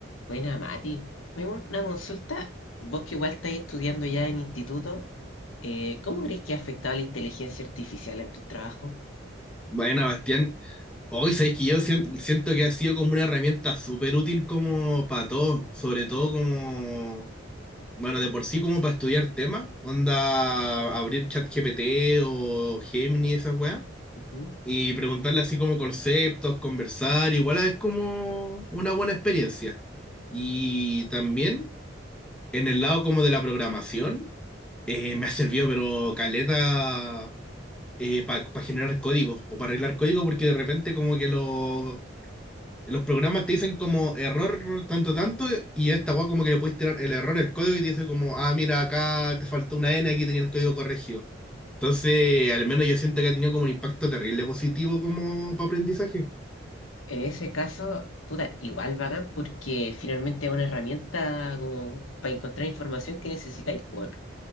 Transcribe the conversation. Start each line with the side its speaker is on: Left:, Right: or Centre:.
Left: Buena, Mati. Me hago Una consulta. Vos que igual estáis estudiando ya en instituto, eh, ¿cómo crees que ha afectado la inteligencia artificial en tu trabajo?
Centre: Bueno, Bastián, hoy sabéis que yo sien- siento que ha sido como una herramienta súper útil como para todo, sobre todo como, bueno, de por sí como para estudiar temas, onda abrir ChatGPT o Gemini, esas weas,
Left: Ujú.
Centre: y preguntarle así como conceptos, conversar, igual es como una buena experiencia. Y también en el lado como de la programación, eh, me ha servido pero caleta para generar códigos o para arreglar código porque de repente como que los, los programas te dicen como error tanto tanto y esta weá como que le puedes tirar el error, el código y te dice como, ah, mira, acá te faltó una N, aquí tenía el código corregido. Entonces, al menos yo siento que ha tenido como un impacto terrible positivo como para aprendizaje.
Left: En ese caso, puta, igual bacán, porque finalmente es una herramienta como para encontrar información que necesitáis. pues, weón.